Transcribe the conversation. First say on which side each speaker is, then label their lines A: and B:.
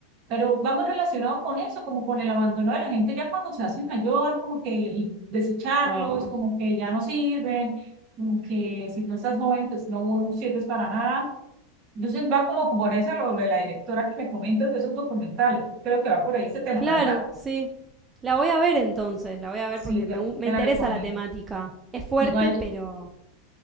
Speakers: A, on the right (about 45°); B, on the right (about 15°).
A: Pero vamos relacionados con eso, como con el abandono de la gente ya cuando se hace mayor, como que y desecharlos,
B: Oh,
A: como que ya no sirven, como que si no estás joven, pues no sirves para nada. Entonces va como por esa, lo, lo de la directora que me comentas de esos documentales. Creo que va por ahí ese tema,
B: Claro,
A: ¿verdad?
B: sí. La voy a ver entonces, la voy a ver
A: Sí,
B: porque
A: te,
B: me, gu- me
A: te
B: interesa
A: la recomiendo.
B: la temática. Es fuerte,
A: Igual,
B: pero